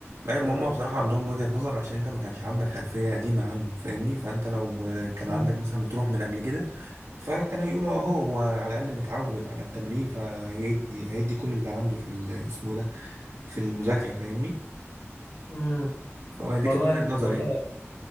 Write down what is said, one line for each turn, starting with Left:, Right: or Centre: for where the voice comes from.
Right: ايوه
Left: مم.
Right: ما هما بصراحة عندهم وجهة نظر عشان انت ما كانش عندك خلفية قديمة عنه فاهمني فانت لو آه، كان
Left: مم.
Right: عندك مثلا بتروح من قبل كده فكان هيقولوا اهو هو على الاقل متعود على التمرين فهيدي هيدي كل اللي عنده في ال- اسمه ده في المذاكرة فاهمني
Left: مم.
Right: فهو دي
Left: والله
Right: كانت وجهة نظري
Left: والله
Right: يعني